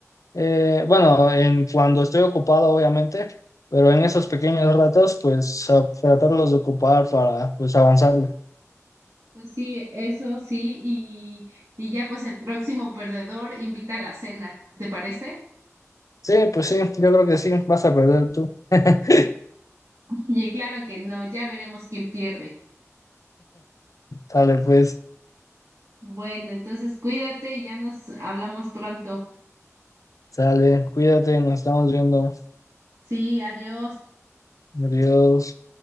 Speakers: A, on the left (about 85°); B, on the right (about 75°).
A: Eh, bueno, en cuando estoy ocupado, obviamente, pero en esos pequeños ratos, pues a- tratarlos de ocupar para, pues, avanzar.
B: Pues sí, eso sí, y, y ya pues el próximo perdedor invita a la cena, ¿te parece?
A: Sí, pues sí, yo creo que sí, vas a perder tú. <laughs>
B: Y claro que no, ya veremos quién pierde.
A: Sale, pues,
B: Bueno, entonces cuídate y ya nos hablamos pronto.
A: sale, cuídate, nos estamos viendo.
B: Sí, adiós.
A: Adiós.